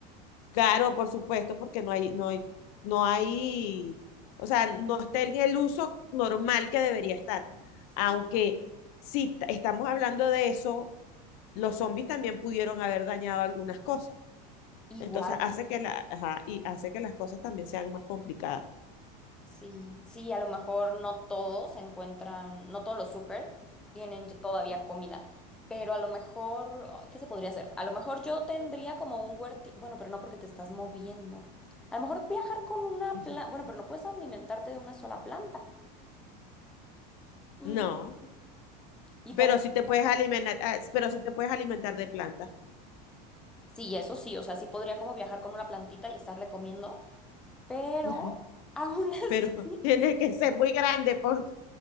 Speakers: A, on the left; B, in the centre.
A: Claro, por supuesto, porque no hay, no hay, no hay, o sea, no está en el uso normal que debería estar.
B: Sí.
A: Aunque si t- estamos hablando de eso, los zombies también pudieron haber dañado algunas cosas.
B: Igual.
A: Entonces hace que la, ajá, y hace que las cosas también sean más complicadas.
B: Sí, sí, a lo mejor no todos encuentran, no todos los supers tienen ya todavía comida, pero a lo mejor, ay, ¿qué se podría hacer? A lo mejor yo tendría como un huerti, bueno, pero no porque te estás moviendo. A lo mejor viajar con una
A: Ujú.
B: planta, bueno,
A: Ujú.
B: pero no puedes alimentarte de una sola planta. Mm,
A: No,
B: Y
A: pero
B: también,
A: si te puedes
B: como-
A: alimentar, ah, pero si te puedes alimentar de plantas.
B: sí, eso sí, o sea, sí podría como viajar con una plantita y estarle comiendo, pero
A: <laughs>
B: aún así,
A: Pero tiene que ser muy grande porque